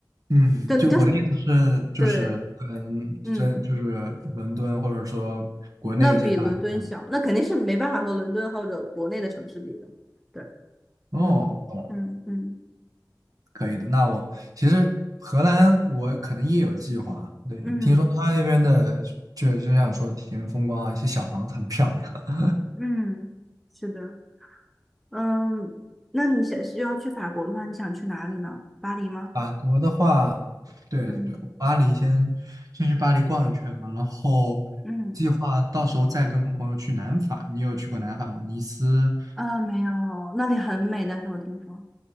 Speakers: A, on the right (about 55°); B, in the centre.
A: 嗯，
B: 真的就
A: 就我的意思是，就是跟真就是
B: 对，嗯，
A: 伦敦或者说国内一些大城市。
B: 那比伦敦小，那肯定是没办法和伦敦或者国内的城市比的。对，
A: 哦，
B: 嗯嗯嗯
A: 懂了。可以的。那我其实荷兰我可能也有计划，对，
B: 嗯
A: 听说他那边的就就像说田园风光啊，一些小房子很漂亮。
B: 嗯，是的，嗯，那你想是要去法国的话，你想去哪里呢？巴黎吗？
A: 法国的话，对对对，
B: 嗯
A: 巴黎先先去巴黎逛一圈嘛，然后
B: 嗯，
A: 计划到时候再跟朋友去南法。你有去过南法吗？尼斯
B: 啊，没有，那里很美，但是我听说。